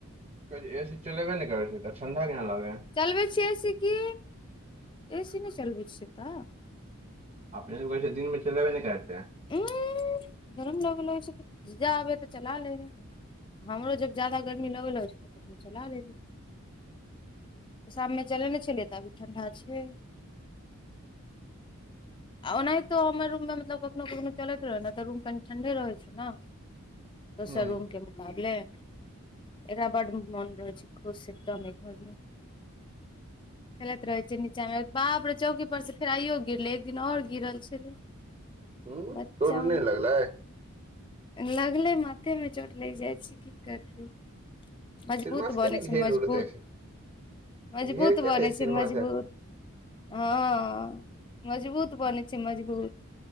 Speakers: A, on the right; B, on the left.
A: कहै छि ए सी चलेबे नहि करै छि, तऽ ठंडा केना लगै हैं।
B: चलबै छियै ए सी की, ए सी नहि चलबै छियै तऽ।
A: अपने तो कहै छै, दिन मे चलेबे नहि करते हैं।
B: उम्म गरम लगऽ छै त, जा आबे तऽ चला लय हय। हमरो जब जादा गर्मी लगऽ लगै छै, तऽ हम चला लेली। शाममे चले नहि छलियै, तऽ अभी ठण्डा छै। आ ओनाहितो हमर रूममे मतलब कखनो-कखनो चलैत रहै ने, तऽ रूम कनि ठण्ढे रहैत छै न। दोसर
A: हुँ
B: रूम के मुकाबले एकरा बड मोन रहै छै खुश, एकदम अय घर मे। खेलैत रहै छै नीचा मे, बाप रे चौकी पर से फेर आइयो गिरलै। एकदिन आओर गिरल छलै
A: हूँ
B: बच्चा
A: चोट नहि
B: हम
A: लगलै
B: लगलै माथेमे चोट लागि जाइ छै की करतै। मजबूत
A: सिनेमा से किया
B: बनै
A: ने
B: छै
A: घेर
B: मजबूत,
A: उर दै छै
B: मजबूत
A: घेर किया
B: बनै
A: दै सिनेमा
B: छै मजबूत।
A: से
B: हँऽ मजबूत बनै छै मजगूत।